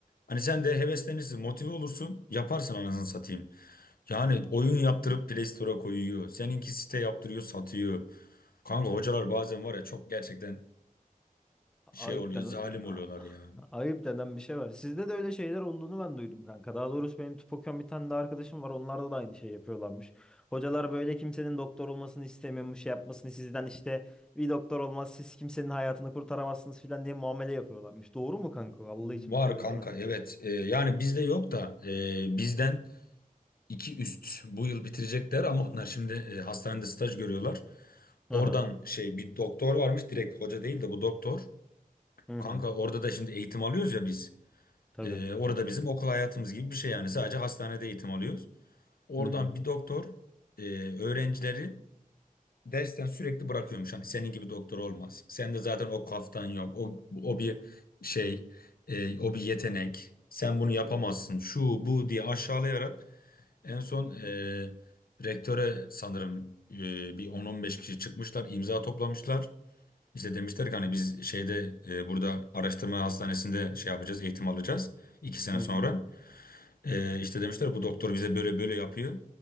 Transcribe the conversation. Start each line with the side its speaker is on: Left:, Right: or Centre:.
Left: Hani sen de heveslenirsin motive olursun yaparsın anasını satayım. Yani oyun yaptırıp Play Store'a koyuyor. Seninki site yaptırıyor satıyor. Kanka hocalar bazen var ya çok gerçekten şey
Centre: Ayıp
Left: oluyor
Centre: denen
Left: zalim oluyorlar ya.
Centre: ayıp denen bir şey var. Sizde de öyle şeyler olduğunu ben duydum kanka. Daha doğrusu benim tıp okuyan bir tane de arkadaşım var. Onlarda da aynı şey yapıyorlarmış. Hocalar böyle kimsenin doktor olmasını istemiyormuş, şey yapmasını sizden işte bir doktor olmaz, siz kimsenin hayatını kurtaramazsınız filan diye muamele yapıyorlarmış. Doğru mu kanka? Allah
Left: Var
Centre: için bir söylesene.
Left: kanka evet Ee, yani bizde yok da e, bizden iki üst bu yıl bitirecekler ama onlar şimdi e, hastanede staj görüyorlar. Oradan
Centre: Hı hı.
Left: şey bir doktor varmış direkt hoca değil de bu doktor.
Centre: Hı
Left: Kanka
Centre: hı.
Left: orada da şimdi eğitim alıyoruz ya biz.
Centre: Tabii.
Left: E, orada bizim okul hayatımız gibi bir şey yani sadece hastanede eğitim alıyoruz. Oradan
Centre: Hı hı.
Left: bir doktor e, öğrencileri dersten sürekli bırakıyormuş. Hani senin gibi doktor olmaz. Sen de zaten o kaftan yok. O, o bir şey, e, o bir yetenek. Sen bunu yapamazsın. Şu bu diye aşağılayarak en son eee, rektöre sanırım eee, bir on on beş kişi çıkmışlar, imza toplamışlar. İşte demişler ki hani biz şeyde eee, burada araştırma hastanesinde şey yapacağız, eğitim alacağız iki sene
Centre: Hı
Left: sonra.
Centre: hı.
Left: Eee işte demişler bu doktor bize böyle böyle yapıyor.